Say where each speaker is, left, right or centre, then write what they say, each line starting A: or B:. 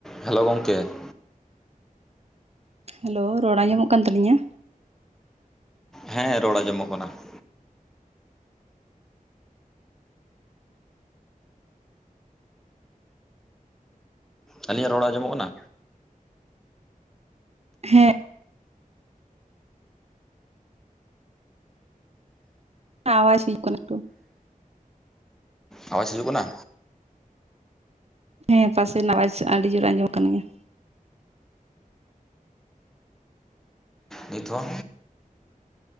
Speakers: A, in the centre; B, on the right (about 45°).
A: Hello ᱜᱚᱢᱠᱮ ᱾
B: Hello ᱨᱚᱲ ᱟᱡᱚᱢᱚᱜ ᱠᱟᱱ ᱛᱟᱞᱤᱧᱟ᱾
A: ᱦᱮᱸ ᱨᱚᱲ ᱟᱸᱡᱚᱢᱚᱜ ᱠᱟᱱᱟ ᱾ ᱟᱹᱞᱤᱧᱟᱜ ᱨᱚᱲ ᱟᱡᱚᱢᱚᱜ ᱠᱟᱱᱟ?
B: ᱦᱮᱸ ᱟᱣᱟᱡ ᱦᱤᱡᱩᱜ ᱠᱟᱱᱟ ᱮᱠᱴᱩ ᱾
A: ᱟᱣᱟᱡ ᱦᱤᱡᱩᱜ ᱠᱟᱱᱟ?
B: ᱦᱮᱸ ᱯᱟᱥᱮ ᱨᱮᱱᱟᱜ ᱟᱣᱟᱡ ᱟᱹᱰᱤ ᱡᱳᱨ ᱟᱸᱡᱚᱢ ᱠᱟᱱ ᱜᱮᱭᱟ᱾
A: ᱱᱤᱛ ᱦᱚ?